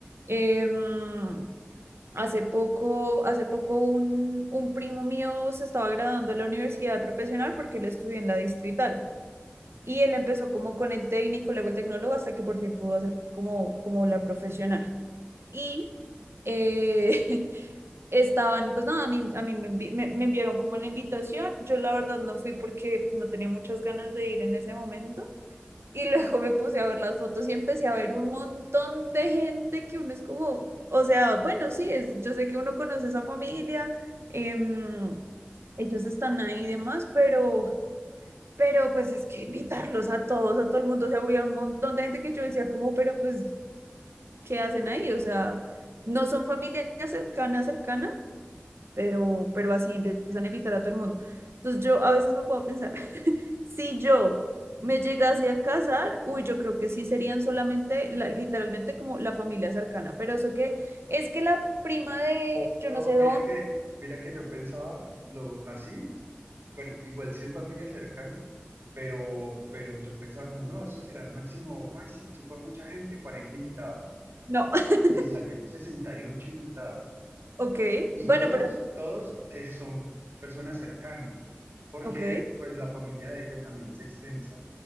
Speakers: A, on the right (about 80°); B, on the right (about 60°).
A: em, hace poco, hace poco un, un primo mío se estaba graduando de la universidad profesional porque él estudió en la distrital. Y él empezó como con el técnico, luego el tecnólogo, hasta que por fin pudo hacer como, como la profesional. Y eh, <laughs> estaban, pues nada, a mí, a mí me, envi- me- me enviaron como la invitación. Yo la verdad no fui porque no tenía muchas ganas de ir en ese momento. Y luego me puse a ver las fotos y empecé a ver un montón de gente que uno es como, o sea, bueno, sí, es, yo sé que uno conoce esa familia, em, ellos están ahí y demás, pero pero pues es que invitarlos a todos, a todo el mundo, o sea, había un montón de gente que yo decía como, pero pues, ¿qué hacen ahí? O sea, no son familia cercana, cercana, pero, pero así empiezan a invitar a todo el mundo. Entonces yo a veces me puedo pensar, <laughs> si yo me llegase a casar, uy, yo creo que sí serían solamente, la- literalmente como la familia cercana, pero eso que es que la prima de yo
B: No,
A: no sé
B: mira
A: dónde,
B: que, mira que yo pensaba lo así, bueno, igual si es familia cercana, pero, pero yo pensaba como, no, eso será máximo, máximo, así por mucha gente, 40 invitados.
A: no, <laughs>
B: y salieron 68 invitados.
A: ok,
B: Y
A: bueno,
B: todos,
A: pero,
B: todos eh, son personas cercanas, porque
A: ok,
B: pues la familia de ella también es extensa,